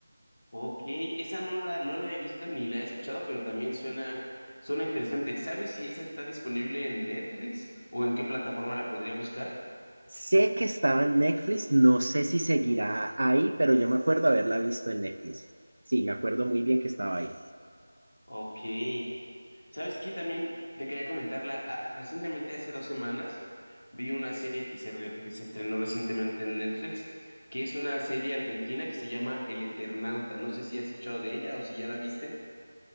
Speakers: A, on the left; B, on the right.
A: Ok, esa no la, no la he visto ni la he escuchado, pero también suena, suena interesante. ¿Sabes si esa está disponible en Netflix o en qué plataforma la podría buscar?
B: Sé que estaba en Netflix, no sé si seguirá ahí, pero yo me acuerdo haberla visto en Netflix. Sí, me acuerdo muy bien que estaba ahí.
A: Ok. ¿Sabes qué? También te quería comentarla. a- a- recientemente, hace dos semanas, vi una serie que se, re- que se estrenó recientemente en Netflix, que es una serie argentina que se llama El Eternauta. No sé si has escuchado de ella o si ya la viste.